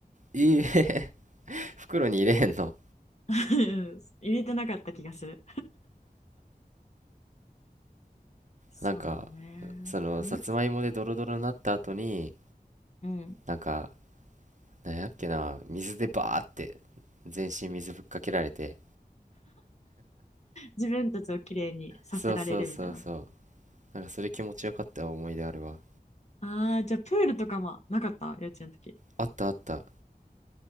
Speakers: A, on the right; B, on the left.
A: ええ <laughs> 袋に入れへんの。
B: <laughs> うん入れてなかった気がする。そうだね。
A: なんか、その、
B: うん
A: さつまいもでドロドロになった後に、
B: うん。
A: なんか、なんやっけな、水でバーって、全身水ぶっかけられて。
B: 自分たちをきれいにさせられるみたいな。
A: そうそうそうそう。なんかそれ気持ちよかった思い出あるわ。
B: ああ、じゃあプールとかもなかった幼稚園の時。
A: あったあった。